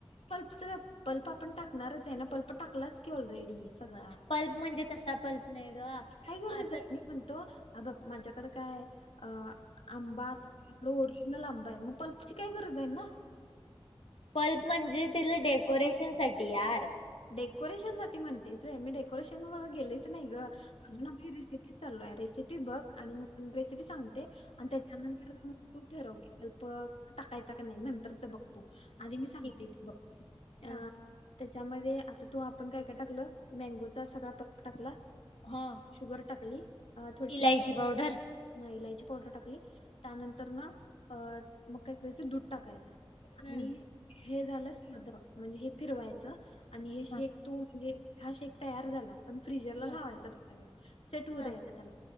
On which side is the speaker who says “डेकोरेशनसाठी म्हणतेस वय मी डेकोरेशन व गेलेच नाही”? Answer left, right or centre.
Left